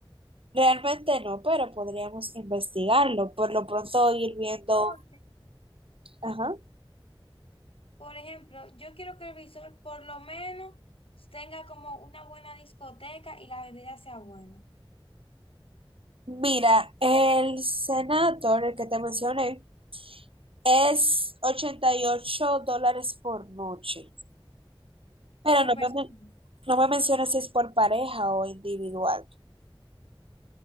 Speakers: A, on the right (about 80°); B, on the left (about 85°).
A: Realmente no, pero podríamos investigarlo. Por lo pronto ir viendo.
B: Ok.
A: Ajá.
B: Por ejemplo, yo quiero que el visor por lo menos tenga como una buena discoteca y la bebida sea buena
A: Mira, el Senator, el que te mencioné, es 88 dólares por noche. Pero
B: por
A: no
B: persona.
A: me, men- no me mencionas si es por pareja o individual.